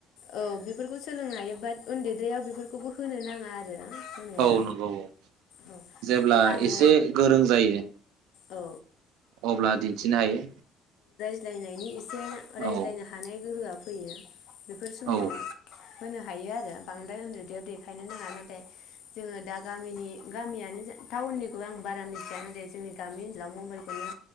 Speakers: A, on the left; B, on the right.
A: औ बेफोरखौ। सोलोंनो हायो बाद उन्दैद्रायाव बेफोरखौबो होनो नाङा आरो। होनाया
B: औ नंगौ औ
A: औ
B: जेब्ला
A: आरो
B: एसे गोरों जायो।
A: औ
B: अब्ला दिन्थिनो हायो।
A: बुजायनायनि इस से रायज्लायनो
B: औ
A: हानाय गोहोआ फैयो बेफोर समाव
B: औ
A: होनो हायो आरो बांद्राय उन्दुदैयाव देखायनो नाङा नाथाय जोङो दा गामिनि गामियानोजा टाउननिखौ आं बारा मिथिया नाथाय जोंनि गामि ओनसोलाव मबाइलखौनो